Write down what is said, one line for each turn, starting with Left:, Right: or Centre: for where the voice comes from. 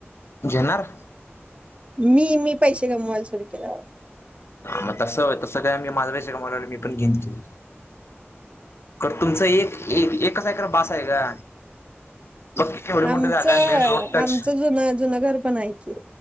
Left: जेनर
Right: मी मी पैसे कमवायला सुरू केलेवर
Left: मग तस तसं काय मी माजवायच का मला मी पण घेंते तर तुमचं एक एकच ए भास आहे का बघ केवढी मोठी
Right: आमचं
Left: जागा आहे मेन रोड टच
Right: आमचं जुन जुन घर पण हाय की